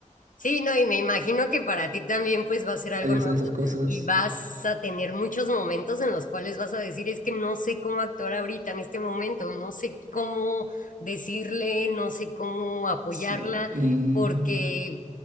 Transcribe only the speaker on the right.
hay
hacer esas cosas.
sí, mm,